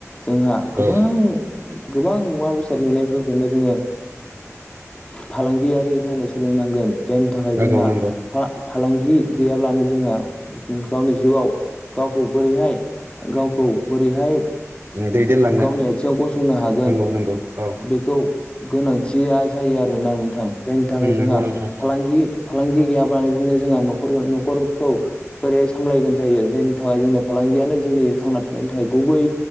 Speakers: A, on the left; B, on the right.
A: जोंहा गोबां
B: औ
A: गोबां मुवा बेसाद नुनायफोरखौनो जोङो फालांगियारि जानो सोलोंनांगोन जायनि थाखाय
B: नंगौ
A: जोंहा
B: नंगौ
A: फा-फालांगि गैयाब्लानो जोंहा गावनि जिउआव गावखौ बोरैहाय गावखौ बोरैहाय
B: दैदेनलांनो
A: गावनि आथिङाव गसंनो हागोन
B: नंगौ नंगौ औ
A: बेखौ गोनांथिया जायो आरोना नोंथां जायनि थाखाय जोंहा
B: नंगौ नोंथां
A: फालांगि फालांगि गैयाब्लानो जोंहा न'खर न'खरखौ बोरै सामलायगोन जायो जायनि थाखाय जोंनो फालांगियानो जोंनि थांना थानायनि थाखाय गुबै